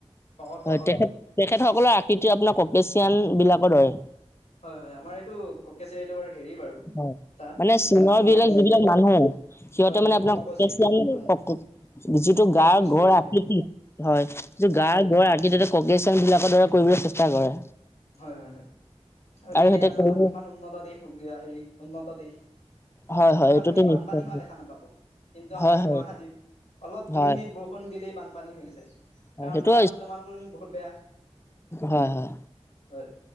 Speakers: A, on the left; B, on the left.
A: শকত
B: হয়
A: শকত
B: তেখেত তেখেতসকলৰ আকৃতি আপোনাৰ কপেচিয়ান বিলাকৰ দৰে
A: হয় হয় আমাৰ এইটো ককছে এইটো বাৰু হেৰি বাৰু
B: হয়,
A: এটা
B: মানে চীনৰ
A: জ- জনগোষ্ঠী
B: বিলাক যিবিলাক
A: এইটো
B: মানুহ সিহঁতে
A: হয় হয়
B: মানে
A: সেইবোৰ
B: আপোনাৰ
A: ককচীয়া
B: অিয়
A: হয় হয়
B: যি
A: জনগোষ্ঠীৰ
B: গাৰ গড়
A: মানুহ
B: আকৃতি
A: এইবোৰ
B: হয় যিটো গাৰ গড় আকৃতিতে ককেশ চং বিলাকৰ দৰে কৰিবলৈ চ এা কৰে
A: হয় হয় হয় আৰু দে
B: সিহঁতে
A: দিয়া জাপান
B: কৰিব
A: কিমান উন্নত দেশ হেৰি উন্নত দেশ
B: হয়
A: জাপানত
B: হয় এইটোতো
A: আপুনি বানপানী
B: নিশ্চয়
A: হোৱা দেখা নাপাব কিন্তু আমাৰ
B: হয় হয়
A: গুৱাহাটীত অলপ
B: হয়
A: দুই মিনিট বৰষুণ দিলেই বানপানী হৈ যায়।
B: হয়
A: কাৰণ
B: সেইটো
A: নালা নৰ্দমাৰটো বহুত বেয়া
B: হয় হয়
A: হয়